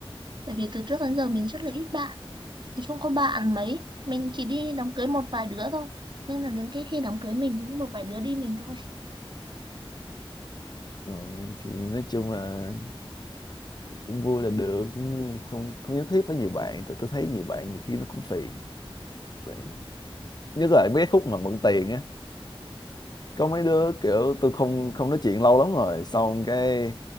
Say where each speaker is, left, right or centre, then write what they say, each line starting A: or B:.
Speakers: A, on the right; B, on the left.
A: Tại vì từ trước đến giờ mình rất là ít bạn. Nói chung có bạn mấy mình chỉ đi đám cưới một vài đứa thôi nên là đến cái khi đám cưới mình thì có một vài đứa đi mình thôi
B: rồi thì nói chung là cũng vui là được chứ không không nhất thiết phải nhiều bạn tại tôi thấy nhiều bạn nhiều khi nó cũng phiền bạn nhất là mấy cái khúc mà mượn tiền á có mấy đứa kiểu tôi không không nói chuyện lâu lắm rồi xong cái